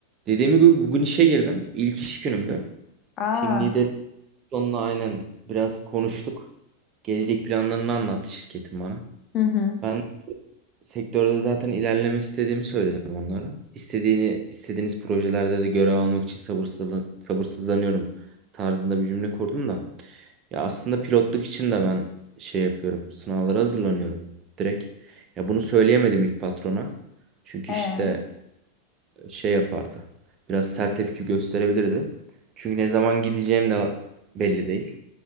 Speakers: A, on the right; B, on the left.
A: Dediğim gibi bugün işe girdim. İlk iş günümdü.
B: Aa,
A: Team lider onunla aynen biraz konuştuk. Gelecek planlarını anlattı şirketin bana.
B: Hı hı.
A: Ben sektörde zaten ilerlemek istediğimi söyledim onlara. İstediğini, istediğiniz projelerde de görev almak için sabırsızlan sabırsızlanıyorum tarzında bir cümle kurdum da. Ya aslında pilotluk için de ben şey yapıyorum. Sınavlara hazırlanıyorum direkt. Ya bunu söyleyemedim ilk patrona. Çünkü
B: e.
A: işte şey yapardı. Biraz sert tepki gösterebilirdi. Çünkü ne zaman gideceğim de belli değil.